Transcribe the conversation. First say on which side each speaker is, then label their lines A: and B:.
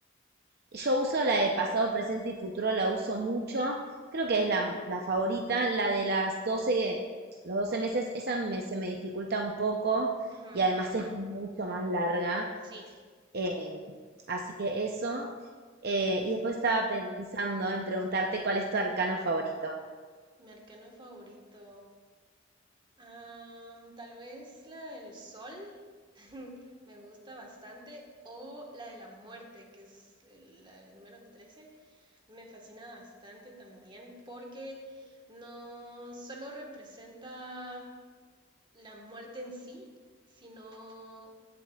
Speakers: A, on the right; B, on the right.
A: Yo uso la de pasado, presente y futuro, la uso mucho. Creo que es la, la favorita. La de las 12 los 12 meses, esa me- se me dificulta un poco
B: Ujú.
A: y además es mucho más larga.
B: Sí,
A: Em, así que eso. Eh, y después estaba pensando en preguntarte cuál es tu arcano favorito.
B: mi arcano favorito. Am, tal vez la del sol <laughs> me gusta bastante o la de la muerte, que es el- la del número trece Me fascina bastante también porque no solo representa la muerte en sí, sino